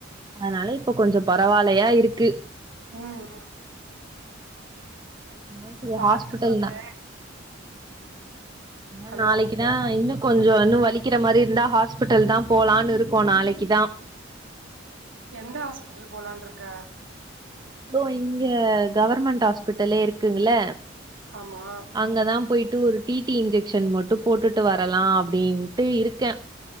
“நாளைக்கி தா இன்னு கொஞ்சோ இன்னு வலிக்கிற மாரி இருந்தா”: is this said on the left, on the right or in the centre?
Right